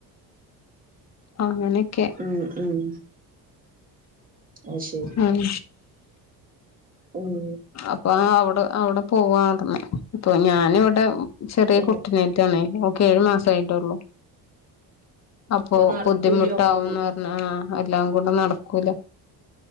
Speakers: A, on the left; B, on the right.
A: അങ്ങനെക്കെ
B: ഉം ഉം അയ് ശരി
A: ഉം
B: ഉം
A: അപ്പൊ ആഹ് അവ്ടെ അവ്ടെ പോവു <unintelligible> മ്മെ ഇപ്പൊ ഞാന് വടെ ചെറ്യേ
B: ഉം
A: കുട്ടിനേ റ്റാണേ ഓക്ക് ഏഴ് മാസെ ആയിട്ടൊള്ളൂ. അപ്പൊ
B: നടക്കൂല്യ
A: ബുദ്ധിമുട്ടാവുന്ന്
B: ഒക്കെ കൂടി
A: പർഞ്ഞ് ആഹ് ആഹ് എല്ലാം കൂടെ നടക്കൂല